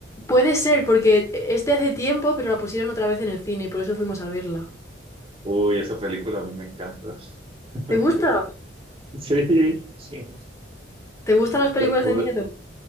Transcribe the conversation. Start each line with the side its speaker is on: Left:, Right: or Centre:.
Left: Puede ser, porque este hace tiempo, pero la pusieron otra vez en el cine y por eso fuimos a verla.
Right: Uy, esa película a mí me encanta. <laughs>
Left: ¿Te gusta?
Right: Sí, Sí.
Left: ¿Te gustan las películas
Right: pero pues
Left: de miedo?